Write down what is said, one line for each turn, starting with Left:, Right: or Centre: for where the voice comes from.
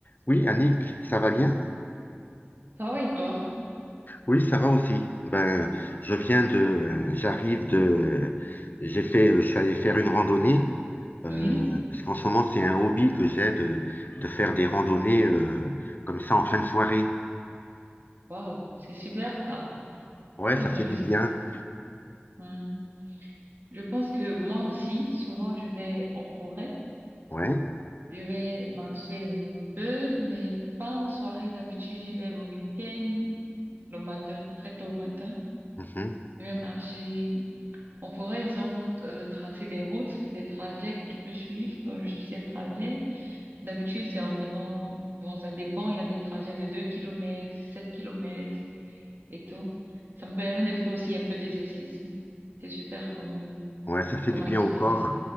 Left: Oui, Annick, ça va bien?
Right: Ça va et toi?
Left: Oui, ça va aussi. Ben, je viens de, j'arrive de, j'ai fait, je suis allé faire une randonnée euh,
Right: Oui.
Left: parce qu'en ce moment c'est un hobby que j'ai de, de faire des randonnées euh, comme ça en fin de soirée.
Right: Waouh, c'est super ça.
Left: Ouais,
Right: Très
Left: ça
Right: intéressant.
Left: fait du bien.
Right: Ouais. Je pense que moi aussi, souvent, je vais en forêt.
Left: Ouais.
Right: Je vais marcher un peu, mais pas en soirée. D'habitude, j'y vais le week-end, le matin, très tôt le matin.
Left: mhm.
Right: Je vais marcher en forêt. Ils ont euh, tracé des routes, des trajets que tu peux suivre. Donc, je suis ces trajets. D'habitude, c'est environ, bon, ça dépend. Il y a des trajets de 2 kilomètres, 7 kilomètres. et tout. Ça me permet de faire aussi un peu d'exercice. C'est super comme,
Left: Ouais, ça fait
Right: comme
Left: du bien
Right: activité.
Left: au corps.